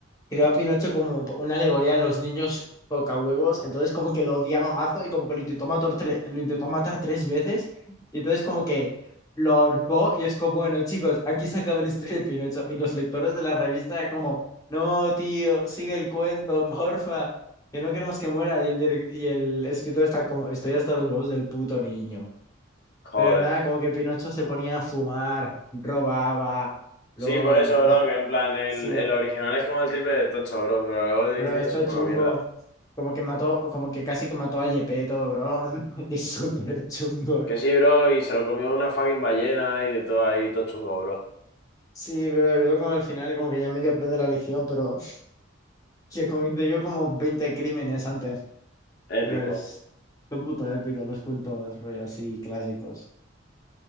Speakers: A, on the left (about 15°); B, on the left (about 55°).
A: creó a Pinocho como una alegoría a los niños tocahuevos, entonces como que lo odia mamazo y como que lo intentó matar, tre- lo intentó matar tres veces, y entonces como que lo ahorcó y es como, bueno, chicos, aquí se acaba la historia de Pinocho, y los lectores de la revista era como, no, tío, sigue el cuento, <laughs> porfa, que no queremos que muera, y el, direc- y el escritor está como, estoy hasta los huevos del puto niño.
B: Joder.
A: Pero nada, como que Pinocho se ponía a fumar, robaba, luego,
B: Sí, por eso,
A: no,
B: bro, que en plan, el,
A: sí,
B: el original es como el triple de tocho, bro, pero luego de
A: Bro,
B: Disney
A: esto
B: es un
A: es
B: poco
A: chungo.
B: mierda.
A: Como que mató, como que casi que mató a Gepetto, bro. <laughs> Es súper chungo. eh.
B: Que sí, bro, y se lo comió una fucking ballena y de todo ahí, todo chungo, bro.
A: Sí, pero luego como al final como que ya medio aprende la lección, pero que cometió como 20 crímenes antes.
B: Épico.
A: Pero es son puto épico los cuentos rollo así clásicos.